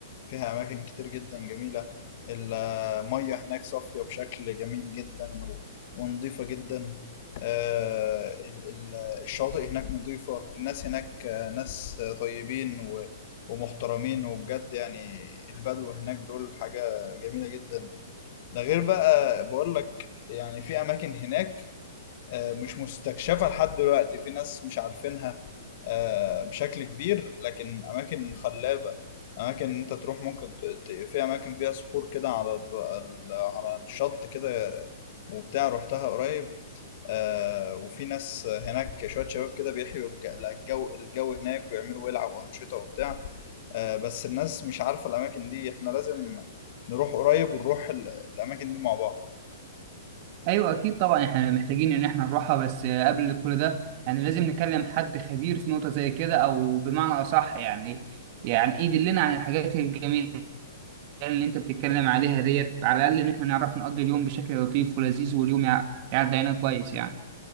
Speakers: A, on the left; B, on the right.
A: فيها أماكن كتير جدا جميلة المية هناك صافية بشكل جميل جدا و- ونضيفة جدا آه، ال- ال- الشواطئ هناك نضيفة الناس هناك آه، ناس طيبين و- ومحترمين وبجد يعني البدو هناك دول حاجة جميلة جدا ده غير بقى بقولك يعني في أماكن هناك آه، مش مستكشفه لحد دلوقتي في ناس مش عارفينها آه، بشكل كبير لكن اماكن خلابه اماكن انت تروح ممكن ت- ت- في اماكن فيها صخور كده على الر- ال- على الشط كده وبتاع رحتها قريب آه، وفي ناس هناك شويه شباب كده بيحيوا الج- الجو الجو هناك ويعملوا ويلعبوا انشطه وبتاع آه، بس الناس مش عارفه الاماكن دي احنا لازم نروح قريب ونروح ال- الاماكن دي مع بعض
B: ايوه اكيد طبعا احنا محتاجين ان احنا نروحها بس قبل كل ده يعني لازم نكلم حد خبير في نقطه زي كده او بمعنى اصح يعني يعني يدلنا عن الحاجات الجميله اللي انت بتتكلم عليها ديت على الاقل ان احنا نعرف نقضي اليوم بشكل لطيف ولذيذ واليوم يع- يعدي علينا كويس يعني